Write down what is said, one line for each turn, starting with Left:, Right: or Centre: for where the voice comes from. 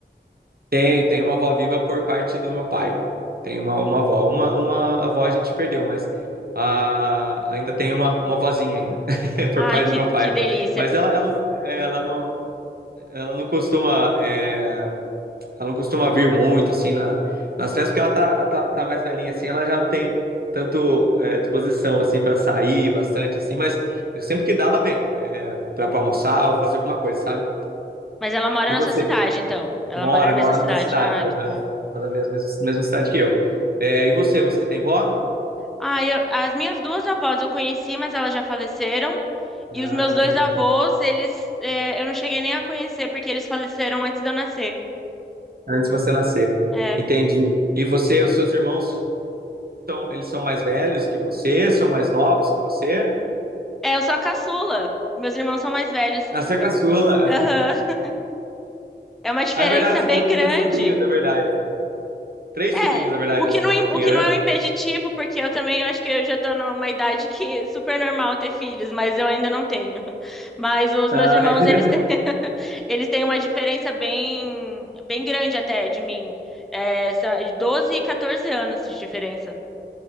Right: Tem, tem uma avó viva por parte do meu pai. Tem uma, uma avó. Uma, uma avó a gente perdeu, mas ah, ainda tem uma, uma vozinha ainda, <laughs> por
Centre: Ai,
Right: parte
Centre: que,
Right: do meu pai.
Centre: que delícia.
Right: Mas ela, ela, não, é, ela, não, ela não costuma é, ela não costuma vir muito assim na, nas festas, porque ela tá, tá, tá mais velhinha assim, ela já não tem tanto é, disposição assim para sair bastante assim, mas sempre que dá ela vem, é, para almoçar ou fazer alguma coisa, sabe?
Centre: Mas ela mora
Right: E
Centre: na
Right: você?
Centre: sua cidade, então. Ela
Right: Mora,
Centre: mora na
Right: mora
Centre: mesma cidade.
Right: na minha cidade,
Centre: Ah,
Right: aham.
Centre: que bom.
Right: Mora na mesma, mesma, mesma cidade que eu. É, e você, você tem vó?
Centre: Ah, eu- as minhas duas avós eu conheci, mas elas já faleceram.
Right: Ah,
Centre: E os meus
Right: entendi.
Centre: dois avós, eles, é, eu não cheguei nem a conhecer, porque eles faleceram antes de eu nascer.
Right: Antes de você nascer.
Centre: É.
Right: Entendi. E você, os seus irmãos, são, eles são mais velhos que você? São mais novos que você?
Centre: É, eu sou a caçula. Meus irmãos são mais velhos.
Right: Ah, você é caçula.
Centre: Aham.
Right: <laughs>
Centre: <laughs> É uma diferença
Right: Ah, é verdade,
Centre: bem
Right: você falou que
Centre: grande.
Right: tem dois sobrinhos, é verdade. Três
Centre: É,
Right: sobrinhos, na verdade,
Centre: o
Right: né?
Centre: que
Right: Você
Centre: não,
Right: falou
Centre: im-
Right: que tinha,
Centre: o que
Right: né?
Centre: não é um impeditivo, porque eu também acho que eu já tô numa idade que é super normal ter filhos, mas eu ainda não tenho. Mas os
Right: Ah,
Centre: meus irmãos,
Right: <laughs>
Centre: eles têm, <laughs> eles têm uma diferença bem, bem grande até de mim. É, são 12 e 14 anos de diferença.